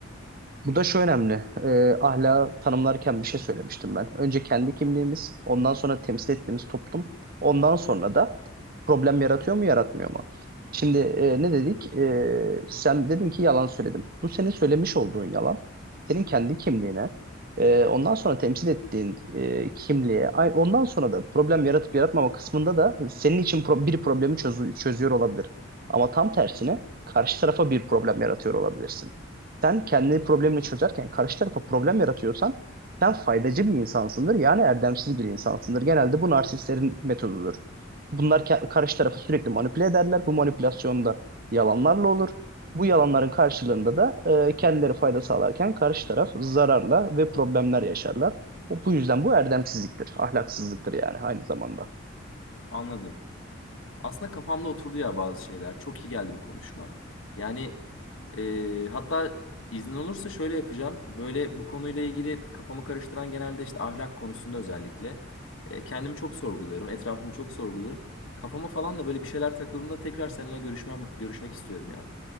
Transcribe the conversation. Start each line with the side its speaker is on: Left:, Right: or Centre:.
Right: Bu da şu önemli. E, ahlakı tanımlarken bir şey söylemiştim ben. Önce kendi kimliğimiz, ondan sonra temsil ettiğimiz toplum, ondan sonra da problem yaratıyor mu, yaratmıyor mu? Şimdi e, ne dedik? E, sen dedin ki yalan söyledim. Bu senin söylemiş olduğun yalan, senin kendi kimliğine, e, ondan sonra temsil ettiğin e, kimliğe, ay- ondan sonra da problem yaratıp yaratmama kısmında da senin için pro- bir problemi çözü- çözüyor olabilir. Ama tam tersine karşı tarafa bir problem yaratıyor olabilirsin sen kendi problemini çözerken karşı tarafa problem yaratıyorsan sen faydacı bir insansındır. Yani erdemsiz bir insansındır. Genelde bu narsistlerin metodudur. Bunlar ke- karşı tarafı sürekli manipüle ederler. Bu manipülasyon da yalanlarla olur. Bu yalanların karşılığında da e, kendileri fayda sağlarken karşı taraf zararla ve problemler yaşarlar. Bu bu yüzden bu erdemsizliktir, ahlaksızlıktır yani aynı zamanda.
Left: Anladım. Aslında kafamda oturdu ya bazı şeyler. Çok iyi geldi bu konuşma. Yani e, hatta iznin olursa şöyle yapacağım. Böyle bu konuyla ilgili kafamı karıştıran genelde işte ahlak konusunda özellikle. e, kendimi çok sorguluyorum. Etrafımı çok sorguluyorum. Kafama falan da böyle bir şeyler takıldığında tekrar seninle görüşmem, görüşmek istiyorum ya.